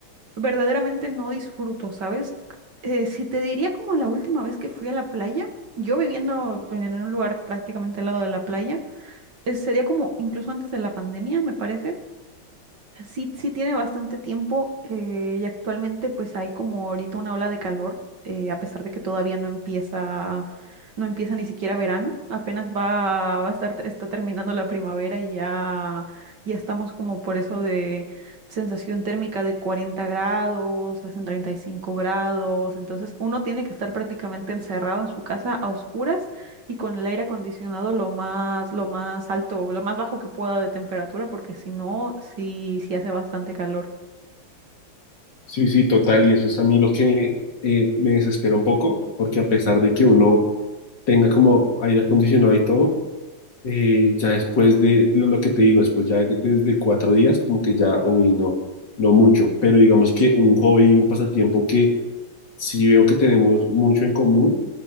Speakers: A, on the right (about 55°); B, on the left (about 60°).
A: verdaderamente no disfruto, ¿sabes? Eh, si te diría como la última vez que fui a la playa, yo viviendo pues, en un lugar prácticamente al lado de la playa, eh, sería como incluso antes de la pandemia, me parece. O sea, Sí, sí tiene bastante tiempo eh, y actualmente pues hay como ahorita una ola de calor, eh, a pesar de que todavía no empieza, no empieza ni siquiera verano, apenas va, va a estar, está terminando la primavera y ya, ya estamos como por eso de sensación térmica de 40 grados, hacen 35 grados, entonces uno tiene que estar prácticamente encerrado en su casa a oscuras y con el aire acondicionado lo más, lo más alto, lo más bajo que pueda de temperatura, porque si no, sí, sí hace bastante calor.
B: Sí, sí, total. Y eso es a mí lo que eh, me desespera un poco, porque a pesar de que uno tenga como aire acondicionado y todo, Eh, ya después de lo, lo que te digo, después ya desde cuatro días, como que ya, uy, no, no mucho, pero digamos que un hobby y un pasatiempo que sí veo que tenemos mucho en común